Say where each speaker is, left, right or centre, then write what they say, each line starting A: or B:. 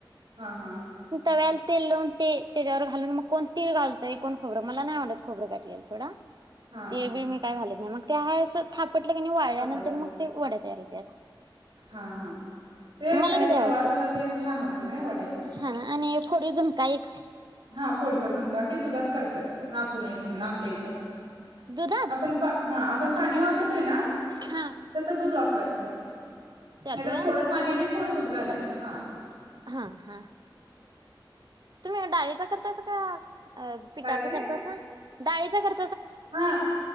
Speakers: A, on the right; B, on the right.
A: हा हा
B: तव्याल तेल लावून ते त्याच्यावर घालून मग कोण तीळ घलतंय कोण खोबरं मला नाही आवडत खोबरं घालेल्यालं सोडा
A: हा
B: तीळ बीळ मी काय घालत <inaudible> त्या हाय असं थापटलं कने वाळल्यानंतर
A: थापायचं
B: मग ते वड्या तयार होतात. त्यात
A: हा हा ते
B: मला
A: बाहेर
B: बी लय
A: प्रवासाला
B: आवडत
A: तेन छान होते नाही वड्या.
B: छान आणि फोडीव झुणका एक....
A: हा फोडी. झुणका ते दुधात करत्यात नास होय म्हणून आमच्या इथं.
B: दुधात
A: आपण पा हा पण पाणी वाप वापरते न
B: हा
A: तस दूध करायचं.
B: त्यात
A: नाही तर
B: व्हय
A: थोडं पाणी आणि थोडं दुध.... घालायचं हां
B: हा हा तुम्ही आ डाळीचा <unintelligible> अ पिठाचं
A: काय ते
B: करतासा... डाळीचं कर....
A: हा